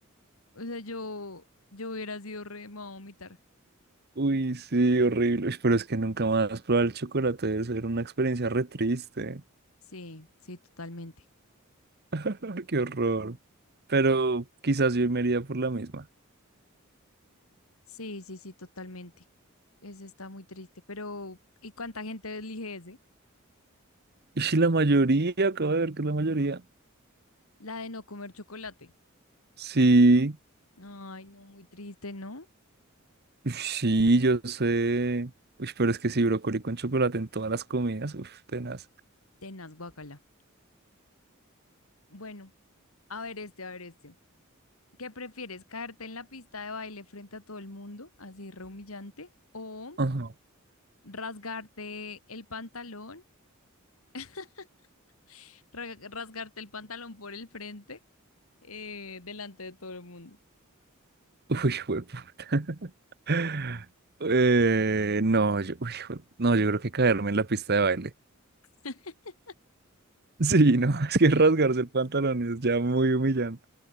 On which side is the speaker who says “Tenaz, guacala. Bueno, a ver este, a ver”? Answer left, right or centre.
Left